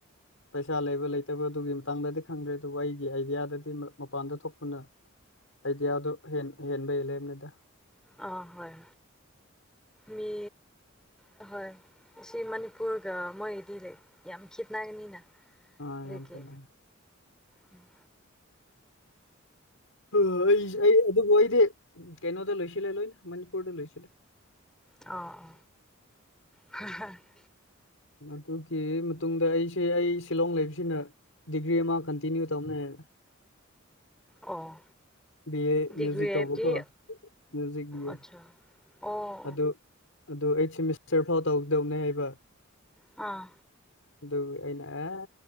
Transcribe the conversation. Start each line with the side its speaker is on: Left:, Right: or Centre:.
Left: ꯄꯩꯁꯥ ꯂꯩꯕ ꯂꯩꯇꯕ ꯑꯗꯨꯒꯤ ꯃꯇꯥꯡꯗꯗꯤ ꯈꯪꯗ꯭ꯔꯦ ꯑꯗꯨꯕꯨ ꯑꯩꯒꯤ ꯑꯥꯏꯗꯤꯌꯥꯗꯗꯤ ꯃꯄꯥꯟꯗ ꯊꯣꯛꯄꯅ ꯑꯩꯗꯤꯌꯥꯗꯣ ꯍꯦꯟ ꯍꯦꯟꯕꯩ ꯂꯦꯟꯅꯦꯗꯥ
Centre: ꯑ ꯍꯣꯏ ꯍꯣꯏ ꯃꯤ ꯍꯍꯣꯏ ꯁꯤ ꯃꯅꯤꯄꯨꯔꯒ ꯃꯣꯏꯗꯤ ꯂꯩ ꯌꯥꯝ ꯈꯤꯠꯅ ꯒꯅꯤꯅ
Left: ꯑꯥ
Centre: ꯑꯗꯨꯒꯤ‌
Left: ꯌꯥꯝ ꯈꯦꯠꯅꯔꯦ
Centre: ꯎꯝ
Left: ꯍ ꯑꯩ ꯑꯩ ꯑꯗꯨꯕꯨ ꯑꯩꯗꯤ ꯀꯩꯅꯣꯗ ꯂꯣꯏꯁꯤꯜꯂꯦ ꯂꯣꯏꯅ ꯃꯅꯤꯄꯨꯔꯗ ꯂꯣꯏꯁꯤꯜꯂꯦ
Centre: ꯑꯣ <unintelligible> <unintelligible>
Left: ꯑꯗꯨꯒꯤ ꯃꯇꯨꯡꯗ ꯑꯩꯁꯦ ꯑꯩ ꯁꯤꯂꯣꯡ ꯂꯩꯕꯁꯤꯅ ꯗꯤꯒ꯭ꯔꯤ ꯑꯃ ꯀꯟꯇꯤꯅꯌꯨ ꯇꯝꯅꯦꯅ
Centre: ꯑꯣ
Left: ꯕꯤ ꯑꯦ
Centre: ꯗꯤꯒ꯭ꯔꯤ
Left: ꯃ꯭ꯌꯨꯖꯤꯛ
Centre: ꯍꯥꯏꯕꯗꯤ
Left: ꯇꯧꯕꯀꯣ ꯃ꯭ꯌꯨꯖꯤꯛ ꯕꯤ ꯑꯦ
Centre: ꯑꯆꯥ ꯑꯣ
Left: ꯑꯗꯨ ꯑꯗꯨ ꯑꯩꯠ ꯁꯦꯃꯤꯁꯇꯔ ꯐꯥꯎ ꯇꯧꯒꯗꯧꯅꯦ ꯍꯥꯏꯕ
Centre: ꯑꯥ
Left: ꯑꯗꯨꯒꯤ ꯑꯩꯅ ꯑꯦ